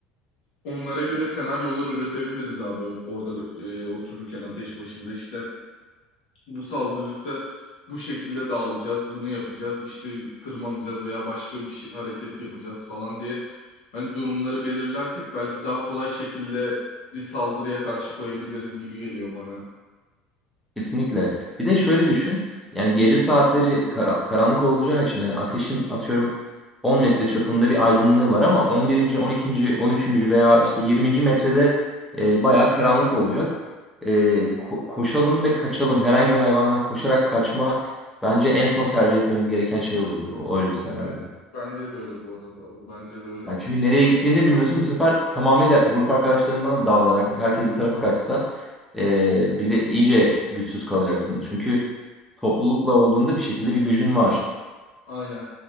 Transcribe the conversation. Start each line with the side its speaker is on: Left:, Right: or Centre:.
Left: Onlara göre senaryolar üretebiliriz abi Ön- orada e, otururken ateş başında işte bu saldırırsa bu şekilde dağılacağız, bunu yapacağız, işte tırmanacağız veya başka bir şey, hareket yapacağız falan diye hani durumları belirlersek belki daha kolay şekilde bir saldırıya karşı koyabiliriz gibi geliyor bana.
Centre: Kesinlikle. Bir de şöyle düşün. Yani gece saatleri kara- karanlık olacağı için hani ateşin atıyorum 10 metre çapında bir aydınlığı var ama 11. 12. 13. veya işte 20. metrede e, bayağı karanlık olacak. E, ko- koşalım ve kaçalım. Herhangi bir hayvandan koşarak kaçma bence en son tercih etmemiz gereken şey olurdu. o- Öyle bir senaryoda.
Left: Ben- Bence de öyle bu arada abi, bence de öyle.
Centre: Yani çünkü nereye gittiğini de bilmiyorsun. Bu sefer tamamıyla grup arkadaşlarından da dağılarak mesela herkes bir tarafa kaçsa e, bir de iyice güçsüz kalacaksın. Çünkü toplulukla olduğunda bir şekilde bir gücün var.
Left: Aynen.